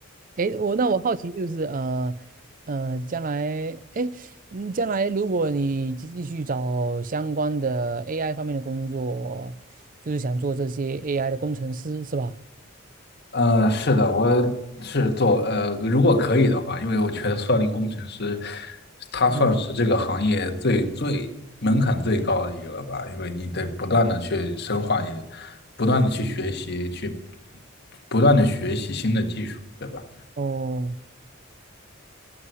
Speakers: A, on the right; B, on the left.
A: 诶，我那我好奇就是，呃，呃，将来，诶，嗯将来如果你继继续找相关的 AI 方面的工作，就是想做这些 AI 的工程师，是吧？
B: 呃，是的，我是做呃，如果可以的话，因为我觉得算力工程师，他算是这个行业最最门槛最高的一个了吧，
A: 嗯，
B: 因为你得不断的去深化你的，不断的去学习，去不断的学习新的技术，对吧？
A: 哦，